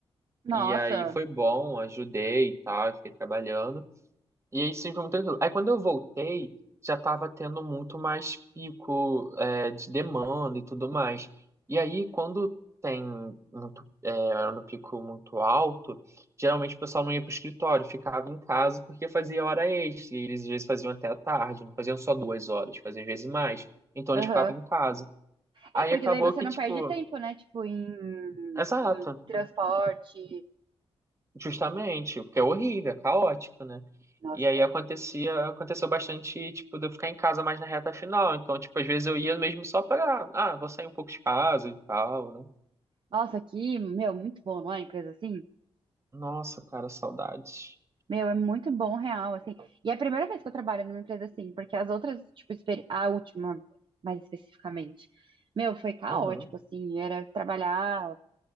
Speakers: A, on the right; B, on the right.
A: Nossa,
B: E aí foi bom, ajudei e tal, eu fiquei trabalhando. E aí sim foi muito tranquilo. Aí quando eu voltei, já estava tendo muito mais pico é, de demanda e tudo mais. E aí quando tem muito, é, era no pico muito alto, geralmente o pessoal não ia para o escritório, ficava em casa porque fazia hora extra. E eles às vezes faziam até a tarde, não faziam só duas horas, faziam às vezes mais. Então
A: aham.
B: eles ficavam em casa. Aí
A: É, porque
B: acabou
A: daí você
B: que,
A: não
B: tipo,
A: perde tempo, né? Tipo, em,
B: exato,
A: em transporte.
B: Justamente, porque é horrível, é caótico, né?
A: Nossa,
B: E aí acontecia, aconteceu bastante, tipo, de eu ficar em casa mais na reta final. Então, tipo, às vezes eu ia mesmo só pra, ah, vou sair um pouco de casa e tal, né?
A: nossa, aqui, meu, muito bom, não é? Empresa assim?
B: Nossa, cara, saudades.
A: Meu, é muito bom, real, assim. E é a primeira vez que eu trabalho numa empresa assim, porque as outras, tipo, experi- a última, mais especificamente, meu, foi caótico,
B: Uhum.
A: assim. Era trabalhar,